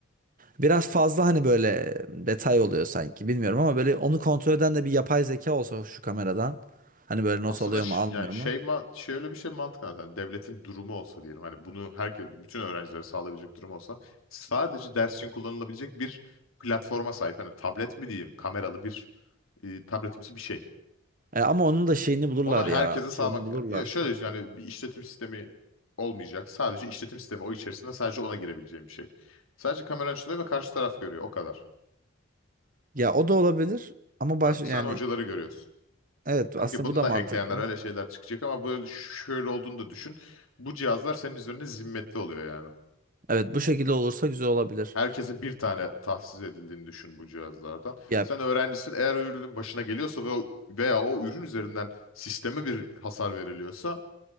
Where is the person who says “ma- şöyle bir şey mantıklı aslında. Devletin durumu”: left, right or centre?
Left